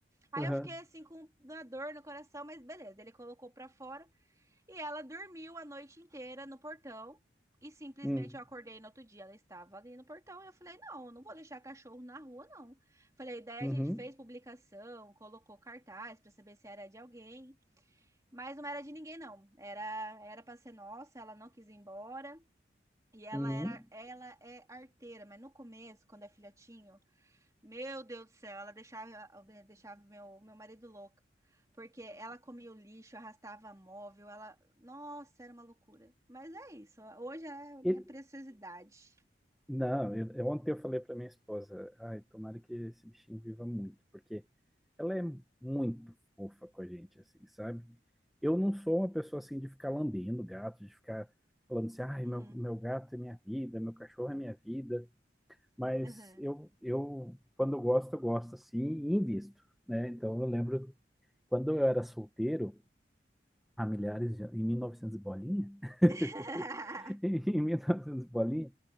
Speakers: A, on the right; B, in the centre.
A: Aí
B: Aham.
A: eu fiquei assim com uma dor no coração, mas beleza, ele colocou pra fora e ela dormiu a noite inteira no portão e simplesmente
B: Hum.
A: eu acordei no outro dia, ela estava ali no portão e eu falei, não, eu não vou deixar cachorro na rua, não. Falei, daí
B: Uhum.
A: a gente fez publicação, colocou cartaz pra saber se era de alguém mas não era de ninguém, não. Era era para ser nossa, ela não quis ir embora. E ela
B: Uhum.
A: era, ela é arteira, mas no começo, quando é filhotinho, meu Deus do céu, ela deixava, eh, deixava meu, meu marido louco. Porque ela comia o lixo, arrastava móvel, ela. Nossa, era uma loucura. Mas é isso. Hoje é a minha
B: E
A: preciosidade.
B: Não, eu, eu- ontem eu falei para minha esposa, ai, tomara que esse bichinho viva muito, porque ela é muito fofa com a gente, assim, sabe? Eu não sou uma pessoa assim de ficar lambendo gato, de ficar falando assim, ai,
A: Uhum.
B: meu, meu gato é minha vida, meu cachorro é minha vida, mas
A: Uhum.
B: eu, eu quando eu gosto, eu gosto assim e invisto, né? Então eu lembro quando eu era solteiro, há milhares de, anos- em mil e novecentos e bolinha, <laughs>
A: <laughs>
B: em 1900 e novecentos e bolinha,